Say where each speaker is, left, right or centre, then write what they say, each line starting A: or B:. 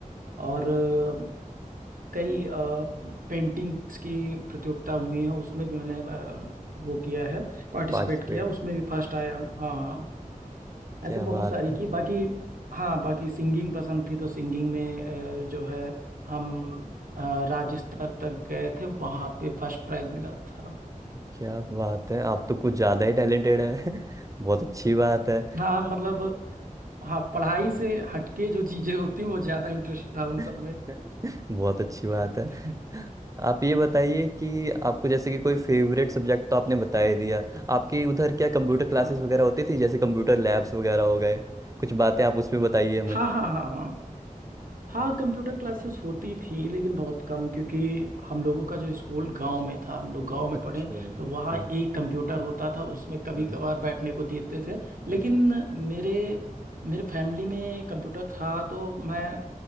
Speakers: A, on the right; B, on the right.
A: और अ, कई पेंटिंग्स की प्रतियोगिता हुई है उसमें भी मैंने अ, वो किया है पार्टिसिपेट
B: पार्टिसिपेट
A: किया उसमें भी फर्स्ट आया हूँ हाँ हाँ
B: क्या
A: ऐसे
B: बात
A: बहुत सारी की बाकी हाँ बाकी सिंगिंग पसंद थी तो सिंगिंग में अ, जो है हम अ, राज्य स्तर तक गए थे वहाँ पे फर्स्ट प्राइज मिला था
B: क्या बात है आप तो कुछ ज़्यादा ही टैलेंटेड है <laughs> बहुत अच्छी बात है
A: हाँ मतलब हाँ पढ़ाई से हटके जो चीजें होती हैं, वो ज्यादा इंटरेस्ट था उन
B: <laughs>
A: सब में
B: बहुत अच्छी बात
A: <laughs>
B: है आप ये बताइए कि आपको जैसे कि कोई फेवरेट सब्जेक्ट तो आपने बता ही दिया आपके उधर क्या कंप्यूटर क्लासेस
A: हाँ
B: वगैरह होती थी जैसे कंप्यूटर लैब्स वगैरह हो गए कुछ बातें आप उसमें बताइए हमें
A: हाँ हाँ हाँ हाँ कंप्यूटर क्लासेस होती थी लेकिन बहुत कम क्योंकि हम लोगों का जो स्कूल गांव में था हम लोग गांव में
B: अच्छा
A: पढ़े
B: ओके।
A: तो वहाँ एक कंप्यूटर होता था उसमें कभी
B: हम्म,
A: कभार बैठने को देते थे
B: हम्म,
A: लेकिन मेरे मेरे फैमिली में कंप्यूटर था तो मैं
B: हम्म,